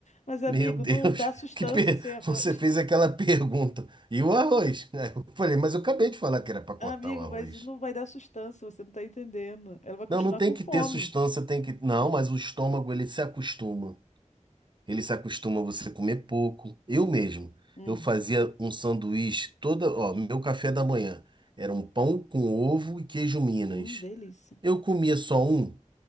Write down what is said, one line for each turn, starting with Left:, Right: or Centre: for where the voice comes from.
Left: Mas, amigo,
Right: meu Deus,
Left: não dá sustância
Right: <laughs> que per-
Left: sem arroz.
Right: você fez aquela pergunta. E o arroz? <laughs> Aí eu falei, mas eu acabei de falar que era para cortar
Left: Ah, Amigo,
Right: o arroz.
Left: mas não vai dar sustância, você não tá entendendo. Ela vai continuar
Right: Não, não tem
Left: com
Right: que
Left: fome.
Right: ter sustância, tem que. Não, mas o estômago ele se acostuma. Ele se acostuma a você comer pouco. Eu mesmo,
Left: Hum,
Right: eu fazia um sanduíche toda, ó, meu café da manhã era um pão com ovo e queijo Minas.
Left: hum, delícia.
Right: Eu comia só um,